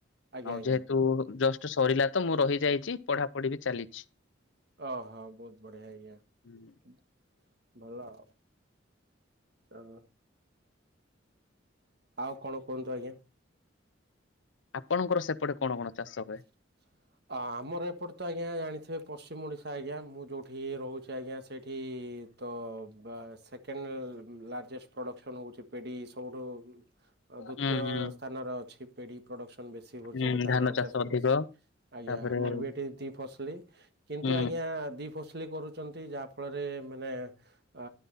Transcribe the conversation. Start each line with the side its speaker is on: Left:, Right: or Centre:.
Right: ଆଜ୍ଞା
Left: ଆଉ
Right: ଆଜ୍ଞା
Left: ଯେହେତୁ
Right: ହୁଁ
Left: ଜଷ୍ଟ ସରିଲା ତ ମୁଁ ରହିଯାଇଛି, ପଢାପଢି ବି ଚାଲିଛି।
Right: ଆ ହୋ ବହୁତ ବଢିଆ ହଇ ଆ
Left: ହୁଁ।
Right: ଭଲ ଆ ଚା ଆଉ କଣ କୁହନ୍ତୁ ଆଜ୍ଞା।
Left: ଆପଣଙ୍କର ସେପଟେ କଣ କଣ ଚାଷ ହୁଏ?
Right: <inaudible> ଆମର ଏପଟେ ତ ଆଜ୍ଞା ଜାଣିଥିବେ ପଶ୍ଚିମ ଓଡ଼ିଶା, ଆଜ୍ଞା ମୁଁ ଯେଉଁଠି ରହୁଛି ଆଜ୍ଞା ସେଇଠି ତ ସେକେଣ୍ଡ ଲାର୍ଜେଷ୍ଟ ପ୍ରଡ଼କ୍ସନ୍ ହେଉଛି ପେଡ଼ି ସବୁଠୁ ଆ ଦ୍ଵିତୀୟ
Left: ହୁଁ ହୁଁ
Right: ସ୍ଥାନରେ ଅଛି ପେଡି ପ୍ରଡକ୍ସନ ବେଶୀ ହଉଛି।
Left: ହୁଁ
Right: ସେଠି ଧାନ
Left: ଚାଷ
Right: ଚାଷ ଆଜ୍ଞା
Left: ଅଧିକ ତାପରେ
Right: ଆମର
Left: ହୁଁ
Right: ବି ଏଠି ଦି ଫସିଲି କିନ୍ତୁ
Left: ହୁଁ
Right: ଆଜ୍ଞା ଦି ଫସଲି କରୁଛନ୍ତି ଯାହା ଫଳରେ ମାନେ ଆ